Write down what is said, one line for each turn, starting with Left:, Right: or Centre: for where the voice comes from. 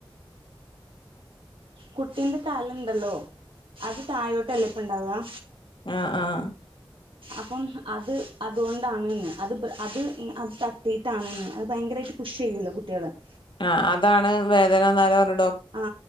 Right: കുട്ടീന്റെ തലണ്ടല്ലോ <inaudible> അത് തായഴോട്ടല്ല ഇപ്പ ഉണ്ടാവാ
Left: ആഹ ആഹ
Right: അപ്പം അത് അതുകൊണ്ടാണ് അത് അത് അത് തട്ടിട്ടാണ് ത അത് ഭയങ്കര <inaudible> പുഷ് ചെയ്യല്ലോ കുട്ടികള് -
Left: ആഹ അതാണ് വേദന നാരാ പറഞ്ഞ
Right: ആ